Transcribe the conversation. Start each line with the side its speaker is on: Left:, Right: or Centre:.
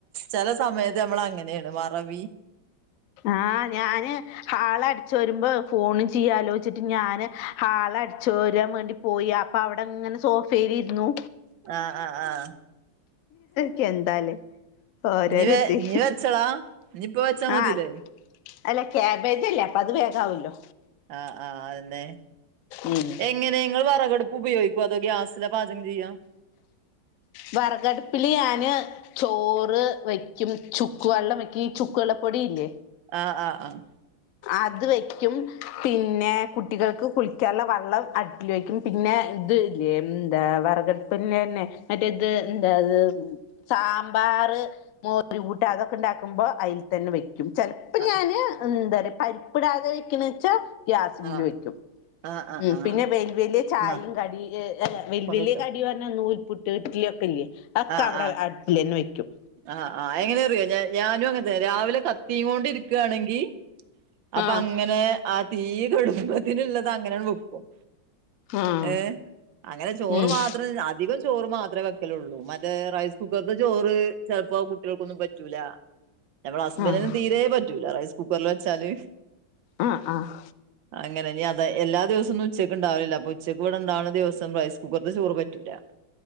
Right: ചെല സമയത്ത് നമ്മളങ്ങനേണ് മറവി
Left: ആഹാ ഞാന് ഹാള് അടിച്ച് വരുമ്പോ ഫോണും ചെയ്യലോച്ചിട്ട് ഞാന് ഹാള് അടിച്ചോരാം വേണ്ടി പോ യി അപ്പൊ അവടങ്ങനെ സോഫേലിരുന്നു
Right: ആഹ് ആഹ് ആഹ
Left: ക്കെ എന്താലെ? ഓരേരോ
Right: നീ വെ
Left: ഇതെ
Right: നീ വെച്ചളാ നീ ഇപ്പ വെച്ചാ മതില്ലേ
Left: ആഹ് അല്ല കാബേജല്ലേ അപ്പൊ അത് വേഗാവൊല്ലൊ?
Right: ആഹ് ആഹ് അതെന്നെ
Left: ഉം
Right: എ ങ്ങനെ ഇങ്ങള് വെറകടുപ്പ് ഉപയോഗിക്കോ? അതോ ഗ്യാസിലാ പാചകം ചെയ്യാ?
Left: വെറകടുപ്പില് ഞാന് ചോറ് വെയ്ക്കും, ചുക്ക് വെള്ളം വെക്കും, ഈ ചുക്ക് വെള്ളപ്പൊടിയില്ലേ?
Right: ആഹ് ആഹ് ആഹ്
Left: അത് വെക്കും പിന്നെ കുട്ടികൾക്ക് കുളിക്കാനുള്ള വെള്ളം അടുപ്പ് പ്പില് വേക്കും പിന്നെ ഇത് ലെ എന്താ വിറകടപ്പ് തന്നെ മറ്റേത് എന്താത് സാമ്പാറ് മോരുകൂട്ടാൻ അതൊക്കെ ഉണ്ടാക്കുമ്പോ അതിൽ തന്നെ വെക്കും ചെലപ്പോ
Right: ആഹ്
Left: ഞാന് എന്താ പറയാ പരിപ്പിടാതെ വെക്കണ് വെച്ചാ ഗ്യാസില്
Right: ആഹ്
Left: വെക്കും
Right: ആഹ് ആഹ്
Left: ഉം
Right: ആഹ്
Left: പിന്നെ
Right: ആഹ്
Left: വെല്ല വലിയ ചായയും
Right: ന്നാ
Left: കടി വെല്ല
Right: കൊണ്ടോയിട്ടോ
Left: വലിയ കടിയന്ന് പറഞ്ഞ നൂൽപുട്ട് ഇഡ്ലി ഒക്കെല്ലേ ഒക്കെ
Right: ആഹ്
Left: അവിടെ
Right: ആഹ്
Left: അടുപ്പില് തന്നെ വെക്കും
Right: ആഹ് ആഹ് എങ്ങന അറിയോ ഞാനും അങ്ങനെ തന്നെ രാവിലെ കത്തി കൊണ്ട് ഇരിക്കുകയാണെങ്കിൽ അപ്പ
Left: ആഹ്
Right: അങ്ങനെ ആഹ് തി കെടുംബെത്തന്നുള്ളത് അങ്ങനെയ വെക്കും
Left: ആഹ്
Right: ഏഹ് അങ്ങനെ ചോറ്
Left: ഉം
Right: മാത്ര ത്രം അധികം ചോറ് മാത്രമേ വെക്കലുള്ളൂ മറ്റേ റൈസ് കുക്കറില് ചോറ് ചിലപ്പോ കുട്ടികൾക്കൊന്നും പറ്റൂലാ ഞമ്മുടെ ഹസ്ബൻഡിനും
Left: ആഹ്
Right: തീരെ പറ്റൂല റൈസ് കൂക്കറില് വെച്ചാല്
Left: ആഹ് ആഹ്
Right: അങ്ങനെ ഇനി അത് എല്ലാ ദിവസന്നൊം ഉച്ചക്ക് ഉണ്ടാവില്ല അപ്പ ഉച്ചക്ക് ഇവിടെണ്ടാവുന്ന ദിവസം റൈസ് കുക്കറിൽ ചോറ് പറ്റൂല